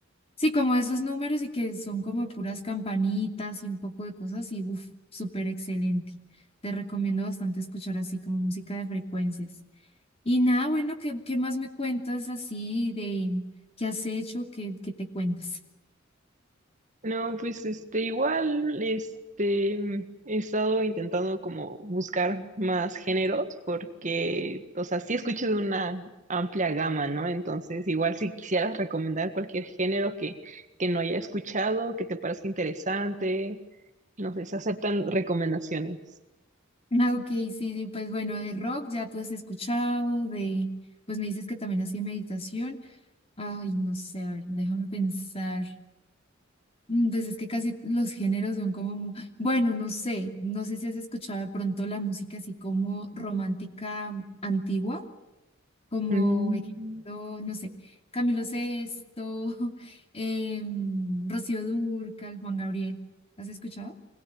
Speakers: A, on the left; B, on the right.
A: Sí, como esos números y que son como puras campanitas y un poco de cosas y uff, súper excelente. Te recomiendo bastante escuchar así como música de frecuencias. Y nada, bueno, ¿qué, qué más me cuentas así de qué has hecho, qué, qué te cuentas? <laughs>
B: No, pues este, igual, este, mm, he estado intentando como buscar más géneros porque, o sea, sí escucho de una amplia gama, ¿no? Entonces, igual si quisieras recomendar cualquier género que, que no haya escuchado, que te parezca interesante, no sé, se aceptan recomendaciones.
A: Ah, ok, sí, sí, pues bueno, de rock ya tú has escuchado, de, pues me dices que también hacía meditación. Ay, no sé, a ver, déjame pensar. Entonces es que casi los géneros son como, mu- bueno, no sé, no sé si has escuchado de pronto la música así como romántica antigua, como
B: Mm,
A: ejemplo, no sé, Camilo Sesto, <laughs> em, Rocío Dúrcal, Juan Gabriel. ¿Has escuchado?